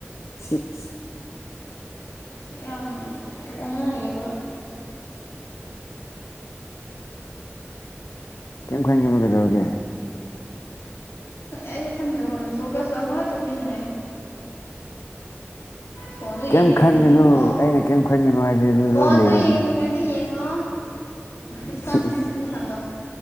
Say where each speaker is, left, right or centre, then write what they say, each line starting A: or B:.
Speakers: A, on the left; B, on the left.
A: ꯎꯝ
B: ꯌꯥꯝ ꯀꯩꯅꯣꯔꯤꯌꯦꯕ
A: ꯀꯩꯝ ꯈꯟ ꯀꯩꯅꯣ ꯀꯩꯗꯧꯔꯒꯦ
B: ꯑꯩ ꯈꯥꯟꯗ ꯉꯅꯤ ꯐꯣꯀꯁ ꯋꯥ ꯑꯃꯉꯠꯇ ꯄꯤꯅꯦ ꯐꯣꯟꯗꯣ
A: ꯀꯩꯝ
B: ꯌꯦꯡꯅꯤꯡꯉꯗꯤ
A: ꯈꯟꯒꯅꯨ
B: ꯌꯦꯡꯉꯣ
A: ꯑꯩꯅ ꯀꯩꯝ ꯈꯟꯒꯅꯨ ꯍꯥꯏꯁꯦ ꯑꯗꯨ
B: ꯐꯣꯟꯗꯣ
A: ꯂꯣꯏ ꯂꯩꯔꯕꯅꯤ
B: ꯌꯦꯡꯅꯤꯡꯉꯗꯤ ꯌꯦꯡꯉꯣ ꯑ ꯆꯥꯟ
A: ꯁꯤ
B: ꯍꯗꯤ
A: ꯏꯁ
B: ꯆꯥꯟ